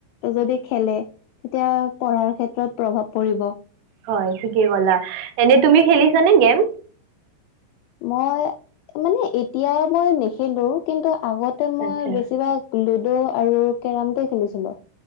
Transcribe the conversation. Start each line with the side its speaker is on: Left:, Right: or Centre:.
Left: যদি খেলে তিয়া পঢ়াৰ ক্ষেত্ৰত প্ৰভাৱ পৰিব।
Right: হয় ঠিকে ক'লা এনে তুমি খেলিছানে গেম?
Left: মই মানে এতিয়া মই নেখেলো কিন্তু আগতে মই
Right: আচ্ছা
Left: বেছিভাগ লুডো আৰু কেৰামটোৱে খেলিছিলোঁ।